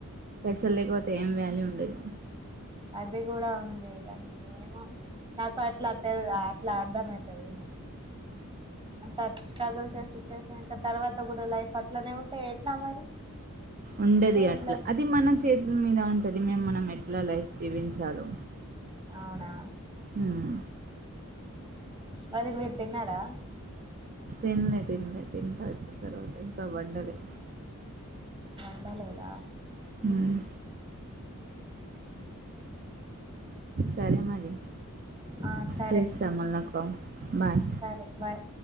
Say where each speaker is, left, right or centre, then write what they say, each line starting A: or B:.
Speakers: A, on the right; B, on the right.
A: పైసలు లేకపోతె ఏం వ్యాల్యూ ఉండదు
B: అది కూడ ఉంది కాని ఏమో నాకు అట్లా తెల్ అట్లా బైమైతాది ఎందు అంత స్ట్రగుల్ చేసి ప్లేస్ అయింటాం తర్వాత గుడా లైఫ్ అట్లనె ఉంటె ఎట్ల మరి
A: ఉండది
B: సేమ్
A: అట్లా
B: లైఫ్
A: అది మనం చేతుల మీద ఉం టది మే మనం ఎట్ల లైఫ్ జీవించాలో
B: అవునా
A: ఉమ్
B: మరి మీరు తిన్నారా
A: తినలే తినలే తింటా ఇప్పుడు తర్వాత ఇంకా వండలే
B: వండలేదా
A: హుమ్ సరే మరి
B: ఆ సరే
A: చేస్తా మళ్ళా అక్క బాయ్
B: సరే బాయ్